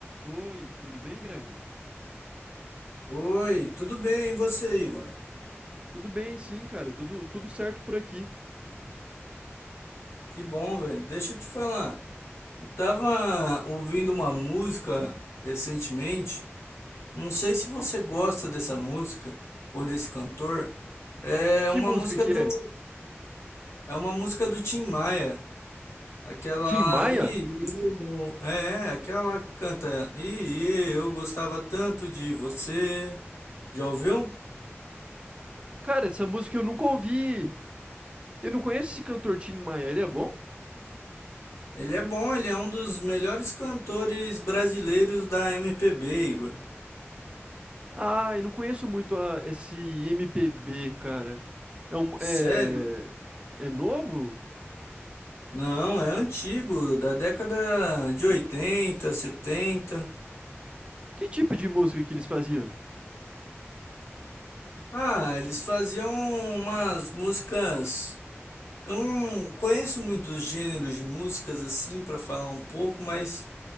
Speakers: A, on the right; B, on the left.
A: Oi, tudo bem, Gregory?
B: Oi, tudo bem? E você, Igor?
A: Tudo bem, sim, cara, tudo, tudo certo por aqui.
B: Que bom, velho. Deixa eu te falar. Eu tava ouvindo uma música recentemente. Não sei se você gosta dessa música ou desse cantor. É
A: Que
B: uma
A: música
B: música
A: que
B: do
A: é?
B: é uma música do Tim Maia. Aquela
A: Tim Maia?
B: e eu, é, é, aquela que canta e eu gostava tanto de você. Já ouviu?
A: Cara, essa música eu nunca ouvi. Eu não conheço esse cantor Tim Maia, ele é bom?
B: Ele é bom, ele é um dos melhores cantores brasileiros da MPB, Igor.
A: Ah, eu não conheço muito a- esse MPB, cara. É, um,
B: Sério?
A: é, é novo?
B: Não, é antigo, da década de 80, 70.
A: Que tipo de música que eles faziam?
B: Ah, eles faziam umas músicas. Eu não conheço muitos gêneros de músicas assim para falar um pouco, mas